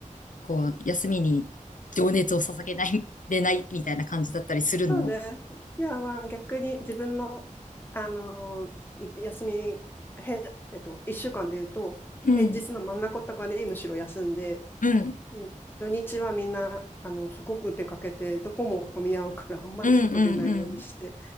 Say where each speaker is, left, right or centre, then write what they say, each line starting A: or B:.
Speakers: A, on the left; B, on the left.
A: こう、休みに情熱を捧げない、でないみたいな感じだったりするの
B: そうで、いや、まあ逆に自分の、あのー休み、へ、えっと、1週間で言うと、
A: うん、
B: 平日の真ん中とかにむしろ休んで、
A: うん、
B: うん土日はみんな、あの、すごく出かけて、どこも混み合うから、あんまり外出ないようにして、
A: うん、うん、うん。